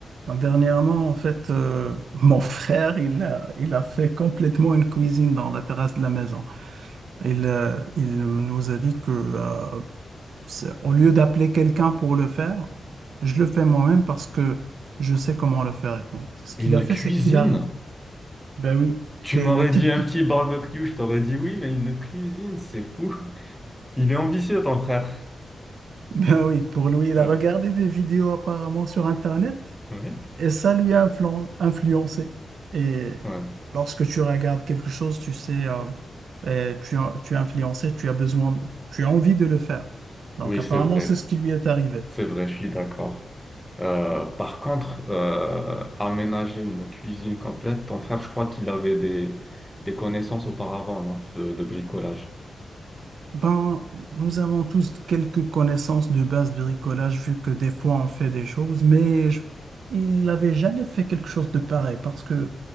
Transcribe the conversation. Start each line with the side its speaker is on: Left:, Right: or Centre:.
Right: Ben, Dernièrement, en fait, euh, mon frère, il a, il a fait complètement une cuisine dans la terrasse de la maison. Il, euh, il nous a dit que, euh, c'est- au lieu d'appeler quelqu'un pour le faire, je le fais moi-même parce que je sais comment le faire. Et donc, ce qu'il
Centre: Une
Right: a fait,
Centre: cuisine?
Right: c'est qu'il a, ben oui,
Centre: Tu
Right: le
Centre: m'aurais
Right: le type,
Centre: dit un
Right: de- <laughs>
Centre: petit barbecue, je t'aurais dit oui, mais une cuisine, c'est fou. <laughs> Il est ambitieux, ton frère.
Right: ben oui, pour lui, il a
Centre: Euh,
Right: regardé des vidéos apparemment sur Internet.
Centre: ouais,
Right: Et ça lui a influen- influencé. Et
Centre: ouais.
Right: lorsque tu regardes quelque chose, tu sais, euh, et tu, as- tu es influencé, tu as besoin, tu as envie de le faire. Donc
Centre: Oui,
Right: apparemment,
Centre: c'est vrai.
Right: c'est ce qui lui est arrivé.
Centre: C'est vrai, je suis d'accord. Euh, par contre, euh, aménager une cuisine complète, ton frère, je crois qu'il avait des, des connaissances auparavant, non, de, de bricolage.
Right: Ben, nous avons tous quelques connaissances de base de bricolage, vu que des fois on fait des choses, mais je- il n'avait jamais fait quelque chose de pareil, parce que